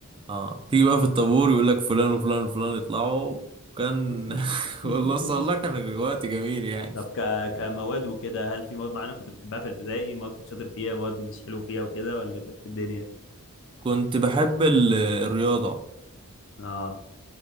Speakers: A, on the right (about 20°); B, on the left (about 60°).
A: اه تيجي بقى في الطابور يقول لك فلان وفلان وفلان يطلعوا كان
B: <laughs>
A: <laughs> والله صلى الله كان وقت جميل يعني
B: طب ك... كمواد وكده هل في مواد معينة كنت بتحبها في الابتدائي مواد كنت شاطر فيها مواد مش حلو فيها وكده ولا كانت إيه الدنيا
A: كنت بحب ال- الرياضة
B: اه